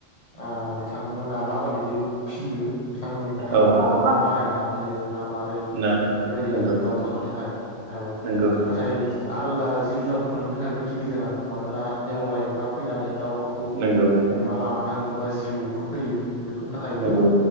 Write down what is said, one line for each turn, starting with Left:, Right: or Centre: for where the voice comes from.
Left: ओ बिथांमोना माबादि फियो बिथांमोननि खोथा
Right: औ
Left: बेयो अरं बानायना फैयो ना मारै
Right: ना
Left: बेबायदि
Right: नंगौ
Left: आरो दाउ थानो थाखाय औ।
Right: नंगौ
Left: नाथाय आलादा जिब जुनारफोरनि थाखायबो गिनो गोनां मानोना नेवलायफ्रा फैनानै दाउफोरखौ
Right: नोंगौ।
Left: हमना लानानै थाङो बा जिबौफोर फैयो बेफोरनि थाखायबो
Right: नंगौ